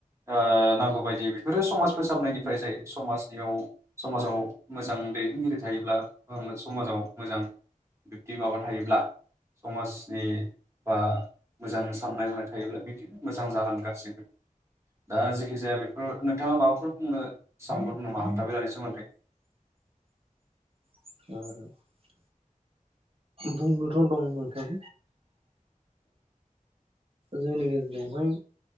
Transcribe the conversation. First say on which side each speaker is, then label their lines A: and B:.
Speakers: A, on the right (about 20°); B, on the right (about 45°).
A: आ नांगौबायदि बेफोरो समाज फोसाबनायनिफ्राय जायो समाजनियाव समाजाव मोजां दैदेनगिरि थायोब्ला समाजाव मोजां बिब्दि माबा थायोब्ला समाजनि बा मोजां साननाय हनाय थायोब्ला बिदिनो मोजां जालगासिगोन दा जेखि जाया बेफोर नोंथाङा माबाफोर बुंनो सानहरदों नामा हान्थाबेलानि सोमोन्दै
B: <inaudible> बुंनोथ दं नोंथां। जोंनि गेजेरावहाय